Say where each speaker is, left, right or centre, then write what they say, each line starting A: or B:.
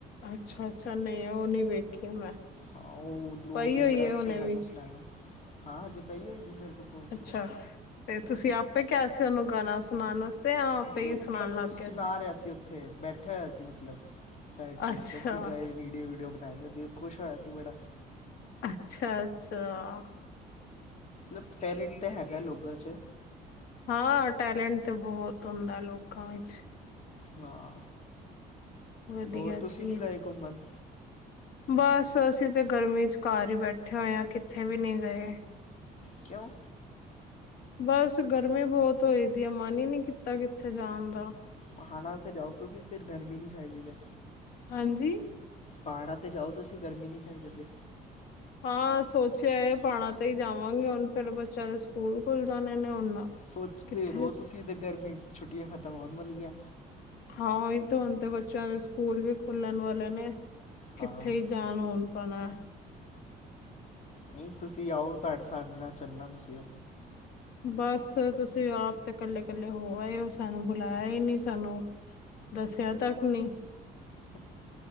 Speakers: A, on the left; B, on the left.
A: ਅੱਛਾ ਅੱਛਾ ਨਹੀਂ ਉਹ ਨਹੀਂ ਵੇਖੀ ਮੈਂ।
B: ਹਾਂ ਉਹ
A: ਪਈ
B: ਨੇ
A: ਹੋਈ
B: ਬੜਾ
A: ਹੈ
B: ਅੱਛਾ
A: ਹੁਣੇ
B: ਗਾਨਾ
A: ਵੀ
B: ਸੁਣਾਇਆ ਹਾਂ ਹਜੇ ਪਈ ਹੋਈ ਏ ਮੇਰੇ ਕੋਲ ਫੋਨ
A: ਅੱਛਾ
B: 'ਚ
A: ਤੇ ਤੁਸੀਂ ਆਪੇ ਕਿਹਾ ਸੀ ਉਹਨੂੰ ਗਾਣਾ ਸੁਣਾਉਣ ਵਾਸਤੇ ਆਪੇ
B: ਨਹੀਂ
A: ਹੀ
B: ਮਤਲਬ
A: ਸੁਣਾਉਣ
B: ਉਹ
A: ਲੱਗ
B: ਸੁਣਾ
A: ਗਿਆ
B: ਰਿਹਾ ਸੀ ਉੱਥੇ ਬੈਠਿਆ ਹੋਇਆ ਸੀ ਮਤਲਬ ਸਾਈਡ ਚ
A: ਅੱਛਾ
B: ' ਤਾਂ ਅਸੀਂ ਗਏ ਵੀਡੀਓ ਵੀਡੀਓ ਬਣਾਈ ਓਹਦੀ ਖੁਸ਼ ਹੋਇਆ ਸੀ ਬੜਾ।
A: ਅੱਛਾ-ਅੱਛਾ।
B: ਮਤਲਬ ਟੈਲੈਂਟ ਤਾਂ ਹੈਗਾ ਲੋਕਾਂ 'ਚ।
A: ਹਾਂ ਟੈਲੈਂਟ ਤੇ ਬਹੁਤ ਹੁੰਦਾ ਲੋਕਾਂ ਵਿੱਚ।
B: ਹਾਂ
A: ਵਧੀਆ
B: ਹੋਰ ਤੁਸੀਂ
A: ਜੀ
B: ਨਹੀਂ ਗਏ ਘੁੰਮਣ?
A: ਬਸ ਅਸੀਂ ਤਾਂ ਗਰਮੀ 'ਚ ਘਰ ਹੀ ਬੈਠੇ ਹੋਏ ਹਾਂ ਕਿੱਥੇ ਵੀ ਨਹੀਂ ਗਏ।
B: ਕਿਉਂ?
A: ਬਸ ਗਰਮੀ ਬਹੁਤ ਹੋਈ ਦੀ ਆ ਮਨ ਹੀ ਨਹੀਂ ਕੀਤਾ ਕਿੱਥੇ ਜਾਣ ਦਾ।
B: ਪਹਾੜਾਂ ਤੇ ਜਾਓ ਤੁਸੀ ਫਿਰ ਗਰਮੀ ਨਹੀ ਚਾਹੀਦੀ ਵੇ
A: ਹਾਂਜੀ-
B: ਪਹਾੜਾਂ ਜਾਓ ਤਾਂ ਤੁਸੀ ਗਰਮੀ ਨਹੀ ਚਾਹੀਦਾ ਤੇ
A: ਹਾਂ ਸੋਚਿਆ ਪਹਾੜਾ ਤੇ ਹੀ ਜਾਵਾਂਗੇ ਹੁਣ ਫੇਰ ਬੱਚਿਆਂ ਦੇ ਸਕੂਲ ਖੁੱਲ ਜਾਣੇ ਨੇ ਹੁਣ
B: ਸੋਚਦੇ
A: ਕਿੱਥੇ
B: ਰਹੋ ਤੁਸੀ ਤੇ ਗਰਮੀ ਛੁੱਟੀਆਂ ਖਤਮ ਹੋਣ ਵਾਲੀਆਂ
A: ਹਾਂ ਓਹੀ ਤੇ ਹੁਣ ਤੇ ਬੱਚਿਆਂ ਦੇ ਸਕੂਲ ਵੀ ਖੁੱਲਣ ਵਾਲੇ ਨੇ
B: ਹਾਂ
A: ਕਿਥੇ ਹੀ ਜਾਣ ਹੁਣ। <unintelligible>
B: ਨਹੀਂ ਤੁਸੀ ਆਓ ਤੁਹਾਡੇ ਸਾਡੇ ਨਾਲ ਚੱਲਣਾ ਤੁਸੀ
A: ਬਸ ਤੁਸੀ ਆਪ ਤੇ ਇਕੱਲੇ ਇਕੱਲੇ ਹੋ ਆਏ ਹੋ ਸਾਨੂੰ ਬੁਲਾਇਆ ਹੀ ਨਹੀ ਸਾਨੂੰ। ਦੱਸਿਆ ਤੱਕ ਨਹੀ।
B: <unintelligible>